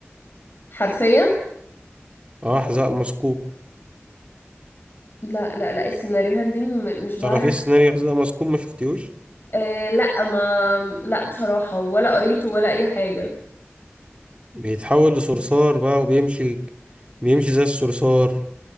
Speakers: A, on the left; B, on the right.
A: حرفيا
B: اه حذاء مسكوب
A: لا لا لا السيناريوهات دي م- مش بعرف
B: تعرفي إيه السيناريو حذاء مسكوب ما شفتيهوش
A: آه لا ما لا بصراحة ولا قريته ولا أي حاجة
B: بيتحول لصرصار بقى وبيمشي بيمشي زي الصرصار